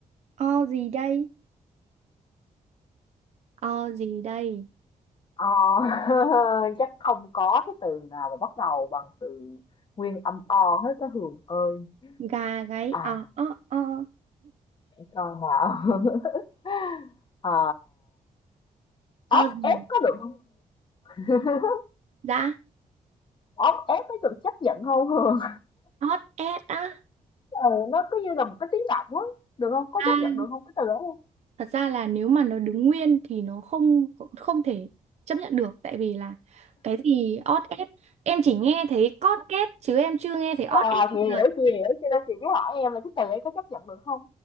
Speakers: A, on the right; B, on the left.
A: o gì đây O gì đây?
B: ờ <laughs> chắc không có cái từ nào mà bắt đầu bằng từ nguyên âm o hết cái Hường ơi
A: gà gáy
B: à
A: o o o
B: để coi nào <laughs> ờ ốc
A: O gì?
B: ép có được không <laughs>
A: Dạ.
B: ốc ép có được chấp nhận không Hường
A: Ót ét á.
B: ừ, nó cứ như là một cái tiếng động á được không có
A: à,
B: chấp nhận được không cái từ đó không
A: Thật ra là nếu mà nó đứng nguyên thì nó không không thể chấp nhận được tại vì là cái gì ót ét em chỉ nghe thấy cót két chứ em chưa nghe thấy ót
B: à
A: ét
B: chị
A: bao
B: hiểu
A: giờ.
B: chị hiểu cho nên chị mới hỏi em là cái từ ấy có chấp nhận được không